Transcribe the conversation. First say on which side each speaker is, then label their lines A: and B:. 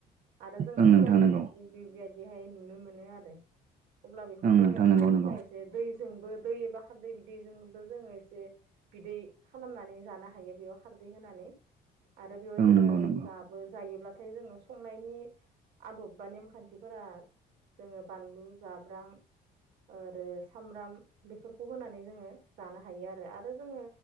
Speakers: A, on the right (about 85°); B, on the right (about 50°).
A: आरो जों
B: ओं
A: न'फोराव
B: नोंथां
A: बानायनाय
B: नंगौ
A: <unintelligible> बेहाय नुनो मोन आरो अब्ला बेखौ
B: ओं
A: जोंसो
B: नोंथां
A: जानो
B: नंगौ नंगौ
A: थाखाय एसे दै जोंबो दै एबा खारदै बिदैजोंबो जोङो एसे बिदै खालामनानै जानो हायो बेयाव खारदै होनानै। आरो बेवहाय
B: ओं
A: जोङो
B: नंगौ नंगौ
A: जाबो जायोब्ला नाथाय जोङो संनायनि आदब बा नेमखान्थिफोरा जोङो बानलु जाब्रां ओरो सामब्राम बेफोरखौ होनानै जोङो जानो हायो आरो आरो जोङो